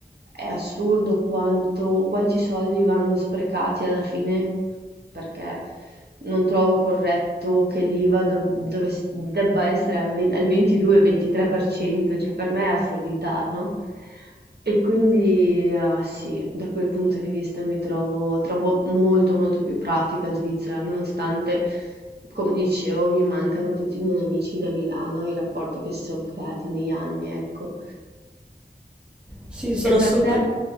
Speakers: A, on the right (about 65°); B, in the centre.
A: è assurdo quanto quanti soldi vanno sprecati alla fine, perché non trovo corretto che l'IVA do- dovess- debba essere al ve- al 22-23%, cioè per me è assurdità, no? E quindi, eh, sì, da quel punto di vista mi trovo, trovo molto molto più pratica Svizzera, nonostante, come dicevo, mi mancano tutti i miei amici da Milano, i rapporti che si sono creati negli anni, ecco.
B: Sì, sono
A: E
B: assolutamente
A: per te?